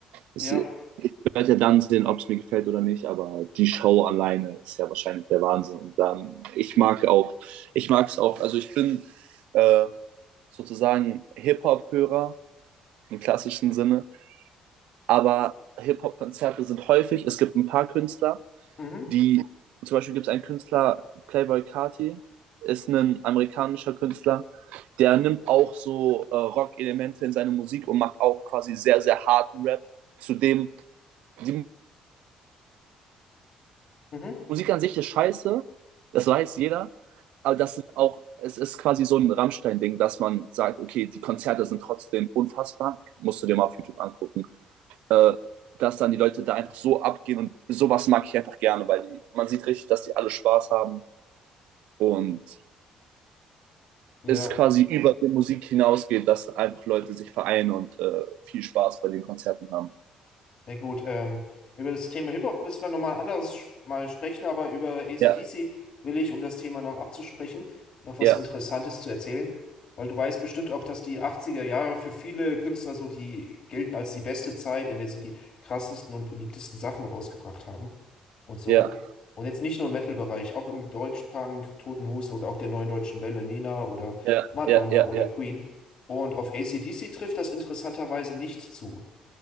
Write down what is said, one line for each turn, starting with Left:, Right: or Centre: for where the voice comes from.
Right: Es
Left: Ja.
Right: wird ja dann sehen, ob es mir gefällt oder nicht, aber die Show alleine ist ja wahrscheinlich der Wahnsinn. Und dann, ich mag auch, ich mag es auch, also ich bin äh, sozusagen Hip-Hop-Hörer im klassischen Sinne, aber Hip-Hop-Konzerte sind häufig, es gibt ein paar Künstler,
Left: Mhm.
Right: die, zum Beispiel gibt es einen Künstler, Playboy Carti, ist ein amerikanischer Künstler, der nimmt auch so äh, Rock-Elemente in seine Musik und macht auch quasi sehr, sehr harten Rap. Zudem, die
Left: Mhm.
Right: Musik an sich ist scheiße, das weiß jeder, aber das sind auch, es ist quasi so ein Rammstein-Ding, dass man sagt, okay, die Konzerte sind trotzdem unfassbar, musst du dir mal auf YouTube angucken, äh, dass dann die Leute da einfach so abgehen und sowas mag ich einfach gerne, weil die, man sieht richtig, dass die alle Spaß haben und
Left: Ja.
Right: es quasi über die Musik hinausgeht, dass einfach Leute sich vereinen und äh, viel Spaß bei den Konzerten haben.
Left: Sehr gut. Ähm, über das Thema Hip-Hop müssen wir nochmal anders sch- mal sprechen. Aber über AC/DC
Right: Ja,
Left: will ich, um das Thema noch abzusprechen, noch was
Right: ja,
Left: Interessantes zu erzählen. Weil du weißt bestimmt auch, dass die 80er Jahre für viele Künstler so, die gelten als die beste Zeit, in der sie die krassesten und beliebtesten Sachen rausgebracht haben. und so.
Right: ja,
Left: Und jetzt nicht nur im Metal-Bereich, auch im Deutschpunk, Toten Hosen oder auch der Neuen Deutschen Welle, Nena oder
Right: ja,
Left: Madonna
Right: ja, ja,
Left: oder
Right: ja,
Left: Queen. Und auf AC/DC trifft das interessanterweise nicht zu,